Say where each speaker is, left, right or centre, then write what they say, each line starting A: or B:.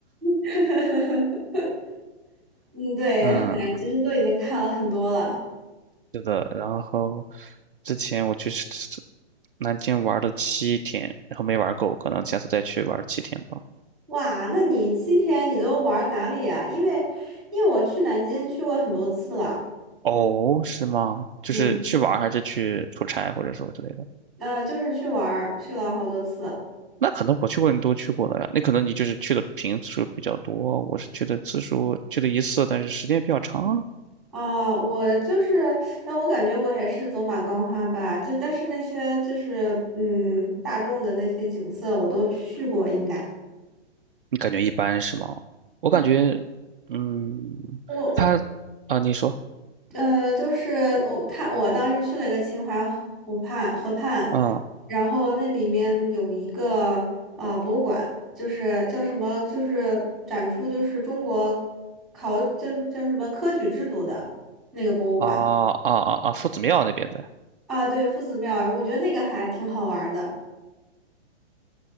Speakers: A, in the centre; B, on the right.
A: <laughs> 嗯，对，
B: 嗯，
A: 海其实都已经看了很多了。
B: 是的。然后之前我去南京玩了七天，然后没玩够，可能下次再去玩七天吧。
A: 哇，那你七天你都玩哪里啊？因为，因为我去南京去过很多次了，
B: 哦，
A: 嗯
B: 是吗？就是去玩儿还是去出差或者说之类的？
A: 嗯，呃，就是去玩儿去了好多次。
B: 那可能我去过你都去过了呀，那可能你就是去的频次数比较多，我是去的次数去的一次，但是时间比较长。
A: 啊、我就是，但我感觉我也是走马观花吧，就但是那些就是嗯大众的那些景色我都去过，应该。
B: 你感觉一般是吗？我感觉，
A: 嗯，
B: 嗯，
A: 我
B: 他啊，你说，
A: 呃，就是我他我当时去了一个秦淮河湖畔河畔，
B: 嗯，
A: 然后那里面有一个呃博物馆，就是叫什么，就是展出就是中国考叫叫什么科举制度的那个博物馆
B: 啊啊啊啊，夫子庙那边在，
A: 啊，对，夫子庙，我觉得那个还挺好玩儿的。